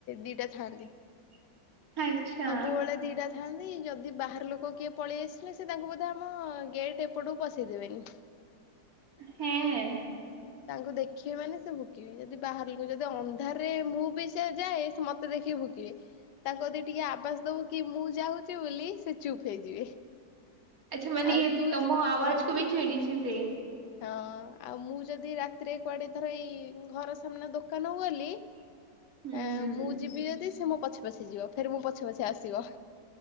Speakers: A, on the left; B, on the right.
A: ଦିଟା ଥାଆନ୍ତି।
B: <inaudible> ଆଚ୍ଛା
A: ସବୁବେଳେ ଦିଟା ଥାଆନ୍ତି ଯଦି ବାହାର ଲୋକ କିଏ ପଳେଇ ଆସେ ହେଲେ ସେ ତାଙ୍କୁ ବୋଧେ ଆମ ଗେଟ୍ ଏପଟୁକୁ ପଶେଇ ଦେବେନି।
B: ହେଁ
A: ତାଙ୍କୁ ଦେଖିବେ ମାନେ ସେ ଭୁକିବେ, ଯଦି ବାହାରିଲୁ ଯଦି ଅନ୍ଧାରରେ ମୁଁ ବି ସେ ଯାଏ ସେ ମୋତେ ଦେଖିକି ଭୁକି କିବେ, ତାଙ୍କୁ ଯଦି ଟିକେ ଆବାଜ ଦବୁ କି ମୁଁ ଯାଉଚି ବୋଲି ସେ ଚୁପ୍ ହେଇଯିବେ।
B: ଆଚ୍ଛା ମାନେ
A: ଆଉ ତୁ
B: ତୋମ ଆୱାଜ୍ କୁ ବି ଚିହିଁଚି ସେ।
A: ହଁ ଆଉ ମୁଁ ଯଦି ରାତିରେ କୁଆଡେ ଧର ଏଇ ଘର ସାମ୍ନା ଦୋକାନକୁ ଗଲି।
B: <inaudible>
A: ଏଁ,
B: ହୁଁ।
A: ମୁଁ ଯିବି ଯଦି ସେ ମୋ ପଛେ ପଛେ ଯିବ, ଫେରେ ମୋ ପଛେ ପଛେ ଆସିବ।